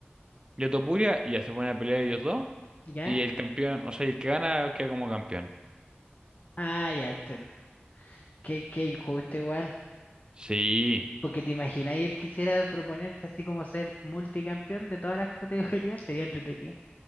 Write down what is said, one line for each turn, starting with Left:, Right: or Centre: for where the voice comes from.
Right: de Topuria, y ya se ponen a pelear ellos dos,
Left: ¿Ya?
Right: y el campeón, o sea, el que gana queda como campeón.
Left: Ah, ya entiendo. Qué, qué injusto igual.
Right: Sí,
Left: Porque te imaginas, él quisiera proponerse así como ser multicampeón de todas las <laughs> categorías, sería entretenido.